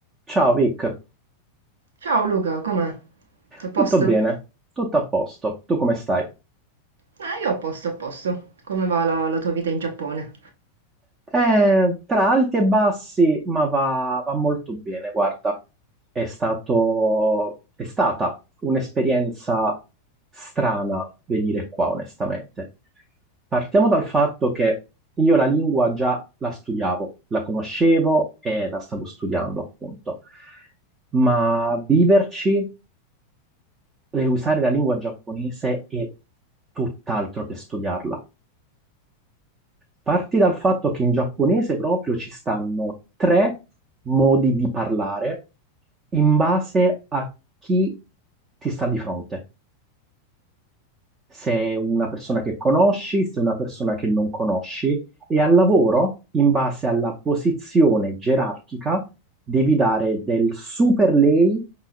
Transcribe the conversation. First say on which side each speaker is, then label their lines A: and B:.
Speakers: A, on the right (about 20°); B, on the right (about 65°).
A: Ciao Vic,
B: Ciao Luca, com'è? Tutto a posto?
A: tutto bene, tutto a posto, tu come stai?
B: Eh, io a posto, a posto. Come va la, la tua vita in Giappone?
A: Eh, tra alti e bassi, ma va, va molto bene, guarda, è stato, è stata un'esperienza strana venire qua, onestamente. Partiamo dal fatto che io la lingua già la studiavo, la conoscevo e la stavo studiando, appunto, ma viverci eh, usare la lingua giapponese è tutt'altro che studiarla. Parti dal fatto che in giapponese proprio ci stanno tre modi di parlare in base a chi ti sta di fronte. Se è una persona che conosci, se è una persona che non conosci, e al lavoro, in base alla posizione gerarchica, devi dare del super lei,